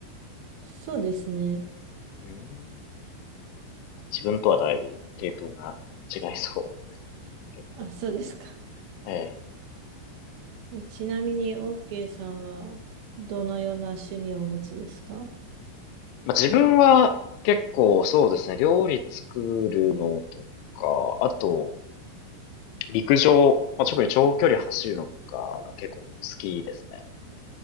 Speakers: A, on the right; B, on the left.
A: そうですね。
B: うん。自分とはだいぶ系統が違いそうですね。結構。
A: あ、そうですか。
B: ええ
A: で、ちなみに、OK さんは、どのような趣味をお持ちですか
B: まあ、自分は結構そうですね、料理作るのとか、あと、陸上、まあ、特に長距離走るのとかが結構好きですね。